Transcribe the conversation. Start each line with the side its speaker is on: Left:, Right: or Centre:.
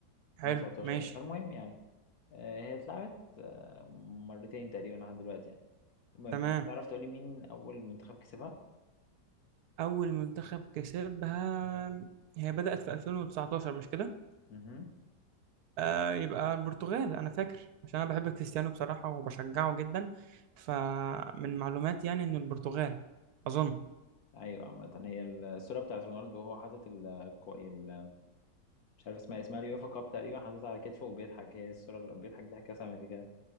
Left: 2019
Right: حلو ماشي
Left: فالمهم يعني آه، هي اتلعبت آه، مرتين تقريبا لحد دلوقتي يعني المهم
Right: تمام
Left: تعرف تقولي مين أول منتخب كسبها؟
Right: أول منتخب كسبها هي بدأت في 2019 مش كده؟
Left: مهم.
Right: آه يبقى البرتغال أنا فاكر عشان أنا بحب كريستيانو بصراحة وبشجعه جدا فمن معلوماتي يعني إنه البرتغال أظن
Left: أيوة عامة هي الصورة بتاعت رونالدو وهو حاطط ال كو- ال- مش عارف اسمها إيه، اسمها اليوفا كاب تقريبا حاططها على كتفه وبيضحك هي الصورة اللي بيضحك ضحكة سمكة كده كده.